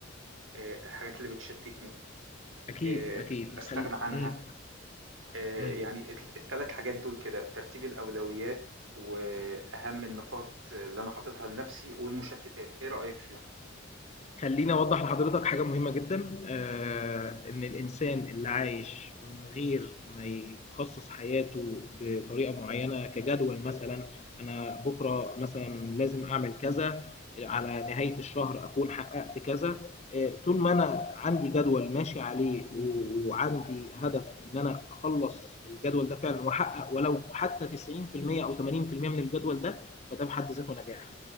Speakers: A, on the right; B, on the left.
A: آه، الحاجات اللي بتشتتني
B: اكيد
A: آه،
B: اكيد
A: استغنى
B: خل...
A: عنها
B: مم.
A: آه،
B: مم.
A: يعني الثلاث حاجات دول كده ترتيب الأولويات وأهم النقاط اللي أنا حاططها لنفسي والمشتتات إيه رأيك فيهم؟
B: خليني اوضح لحضرتك حاجه مهمه جدا آه، ان الانسان اللي عايش من غير ما يخصص حياته بطريقه معينه كجدول مثلا انا بكره مثلا لازم اعمل كذا على نهايه الشهر اكون حققت كذا آه، طول ما انا عندي جدول ماشي عليه و- وعندي هدف ان انا اخلص الجدول ده فعلا واحقق ولو حتى 90% او 80% من الجدول ده فده بحد ذاته نجاح